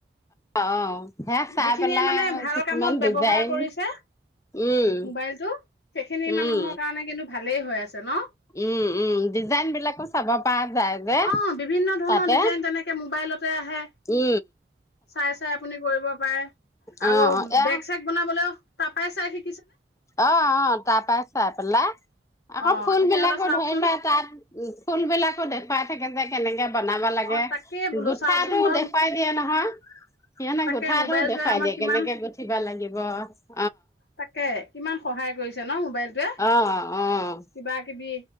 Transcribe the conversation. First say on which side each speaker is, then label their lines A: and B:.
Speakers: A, on the left; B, on the left.
A: অ অ সেয়া চাই
B: যিখিনিয়ে
A: পেলাই
B: মানে ভাল
A: কিছুমান
B: কামত ব্যৱহাৰ
A: ডিজাইন
B: কৰিছে
A: উম
B: মোবাইলটো সেইখিনি মানুহৰ
A: উম।
B: কাৰণে কিন্তু ভালেই হৈ আছে ন
A: উম উম ডিজাইন বিলাকো চাব পৰা যায় যে
B: অ', বিভিন্ন ধৰণৰ
A: তাতে
B: ডিজাইন তেনেকে মোবাইলতে আহে
A: উ
B: চাই চাই আপুনি কৰিব পাৰে আৰু
A: অ', এয়া
B: বেগ চেগ বনাবলৈও তাপাই চাই আহি
A: অ অ তাৰ পৰাৰা চাই পেলা আকৌ
B: অ',
A: ফুল
B: তেতিয়াহ'লে
A: বিলাকো
B: চাওকচোন।
A: ধৰি লোৱা তাত ফুল বিলাকো দেখ পাই থাকে যে কেনেকে বনাব লাগে
B: অ', তাকে বোলো
A: গুঠাটোও
B: চাওকচোন বাৰু
A: দেখুৱাই দিয়ে নহয় সিনে
B: তাকে
A: গুঠাটোও
B: মোবাইলটোৱে
A: দেখুৱাই
B: আমাক
A: দিয়ে
B: কিমান
A: কেনেকে গুঠিবা লাগিব বা
B: তাকে কিমান সহায় কৰিছে ন সেইটোৱে
A: অ', অ',
B: কিবা কিবি